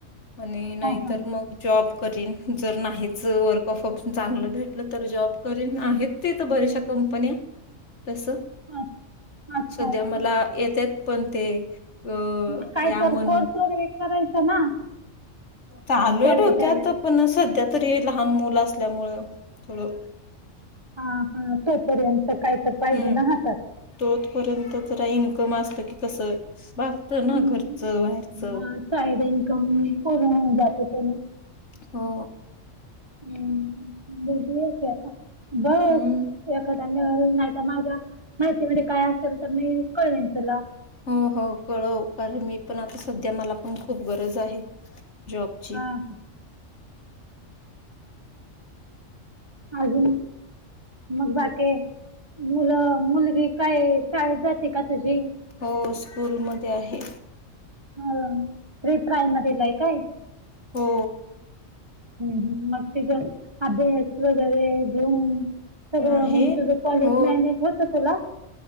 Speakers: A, on the left; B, on the right.
A: आणि नाहीतर
B: हा
A: मग जॉब करीन. जर नाहीच वर्क ऑफ चांगलं भेटलं तर जॉब करीन आहेत तेथ बऱ्याचशा कंपन्या.
B: <inaudible>
A: तस
B: हा अच्छा
A: सध्या
B: अच्छा
A: मला येतेत पण ते अ
B: मग काय
A: या
B: तर
A: म्हणून
B: कोर्स वगैरे करायचं ना?
A: चालू
B: कॉलेज
A: आहे डोक्यात
B: झाल्यावर.
A: पण सध्या तरी लहान मुलं असल्यामुळे थोडं
B: हा हा तोपर्यंत. काय तर पाहिजे
A: हम्म
B: ना हातात.
A: तोपर्यंत खरा इन्कम असल की कसं. भागतं ना
B: हम्
A: घरचं बाहेरचं
B: हा साईड इन्कम पूर्ण होऊ जाते त्याच.
A: हो
B: हम्म बता बघ
A: हम्म
B: ए नाही माझ्या माहितीमध्ये काय असेल तर मी कळवेन तुला.
A: हो हो कळव कारण मी पण आता सध्या मला पण खूप गरज आहे. जॉबची.
B: हा हा. अजून मग बाकी. मुलं मुलगी काय शाळेत जाते का तुझी?
A: हो स्कूलमध्ये आहे.
B: ह प्रि प्रायमरीला आहे काय?
A: हो
B: हम् ह म अध हस बग आहे ऊम तर
A: आहे
B: तुझं कॉलेज
A: हो
B: मॅनेज होत तुला?